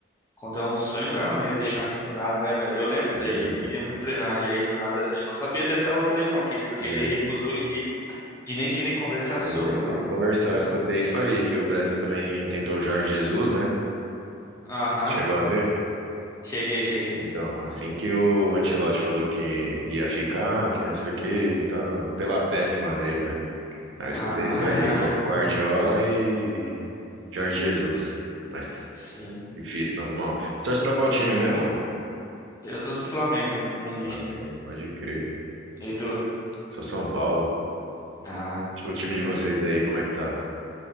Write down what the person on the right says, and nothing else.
pois
é,
é,
de nem querer
conversar.
Eu escutei isso aí, que o Brasil também tentou o Jorge Jesus, né?
Chegou a ver?
Então, assim que o Ancelotti falou que ia ficar, que não sei o que tá pela décima vez, né? Aí eu
escutei isso aí, Gu-
Guardiola e Jorge Jesus. Mas
difícil, tamo mal. Você torce pra qual time mesmo, mano?
Flamengo, pode crer.
Sou São Paulo.
O time de vocês
aí, como é que tá?